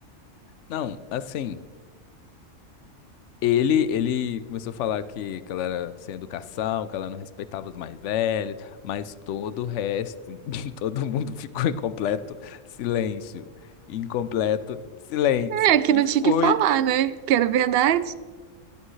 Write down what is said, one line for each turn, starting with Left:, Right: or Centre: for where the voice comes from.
Left: Não, assim. Ele, ele começou a falar que, que ela era sem educação, que ela não respeitava os mais velhos, mas todo o resto, <laughs> todo mundo ficou em completo silêncio. Em completo silêncio.
Right: É, que
Left: E
Right: não
Left: foi.
Right: tinha que falar, né? Que era verdade.